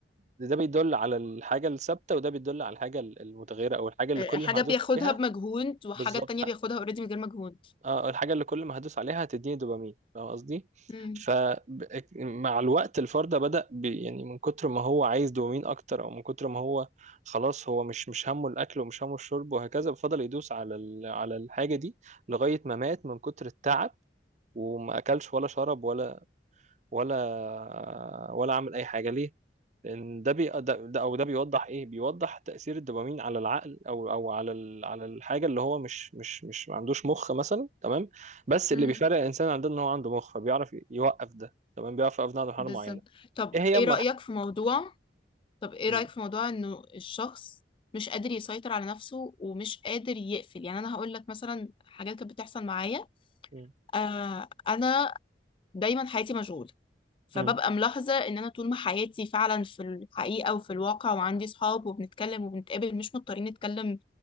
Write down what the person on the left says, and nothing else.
حاجة
بياخدها
بمجهود وحاجة
التانية بياخدها اوريدي من غير مجهود
امم
امم
بالظبط
طب
ايه
رأيك في موضوع طب ايه
رأيك في موضوع انه الشخص مش قادر يسيطر على نفسه ومش قادر يقفل يعني انا هقول لك مثلا حاجات كانت بتحصل معايا
آه انا دايما حياتي مشغولة فببقى
ملاحظة ان انا طول ما حياتي فعلا في الحقيقة وفي الواقع وعندي صحاب وبنتكلم وبنتقابل مش مضطرين نتكلم